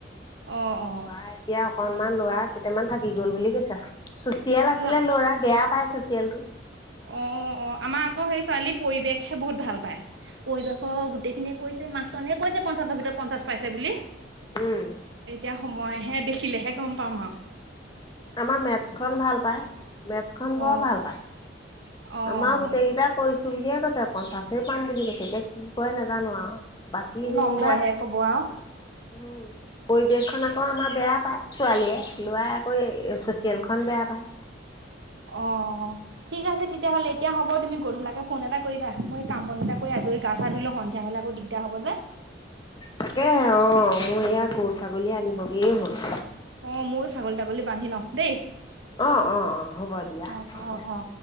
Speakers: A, on the right; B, on the left.
A: অ অ
B: লোৱা এতিয়া অকনমান লোৱা কেইটামান থাকি গল বুলি কৈছা। চুচিয়েল আছিলে
A: লোৱা
B: ল'ৰা বেয়া পাই চুচিয়াল টো।
A: অ অ আমাৰ আকৌ সেই ছোৱালীৰ পৰিৱেশহে বহুত ভাল পায়। পৰিৱেশৰ গোটেইখিনিয়ে কৈছে, মাছনে কৈছে পঞ্চাছৰ ভিতৰত পঞ্চাছ পাইছে বুলি।
B: উম
A: এতিয়া সময়হে দেখিলেহে গম পাম আওঁ।
B: আমাৰ মেথছখন ভাল পায় মেথছখন
A: অ',
B: বৰ ভাল পায়।
A: অ',
B: আমাৰ গোটেই কেইটা কৈছো বুলিয়ে কৈছে পঞ্চাছে পাম বুলি কৈছে, এতিয়া কি কৰে নাজানো আৰু বাকী যেনিবা,
A: নম্বৰহে ক'ব আৰু
B: উম পৰিবেশ খন আকৌ আমাৰ বেয়া পায় ছোৱালীয়ে লৰা আকৌ চচিয়েল খন বেয়া পায়।
A: অহ। ঠিক আছে তেতিয়াহ'লে এতিয়া হ'ব গধূলাকৈ ফোন এটা কৰিবা, মই কামবন কিটা কৰি আজৰি গা পা ধুই লওঁ সন্ধিয়া হ'লে আকৌ দি দা হব যে।
B: তাকেহে অ মোৰ এয়া গৰু ছাগলী আনিবগেই হ'ল।
A: অ ময়ো ছাগলী তাগলী বান্ধি লওঁ দেই।
B: অ অ অ হ'ব দিয়া
A: অ',
B: তেতিয়া।
A: অ', অ'।